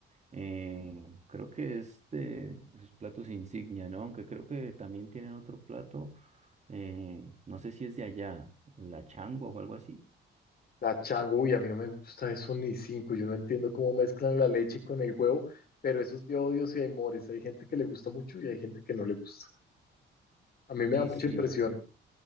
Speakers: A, on the right; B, on the left.
A: Eh, creo que es de, de sus platos insignia, ¿no? Aunque creo que también tienen otro plato, eh, no sé si es de allá, la changua o algo así.
B: la chango, uy, a mí no me gusta eso ni cinco. Yo no entiendo cómo mezclan la leche con el huevo, pero eso es de odios y amores. Hay gente que le gusta mucho y hay gente que no le gusta. A mí me
A: Sí,
B: da mucha
A: sí,
B: impresión.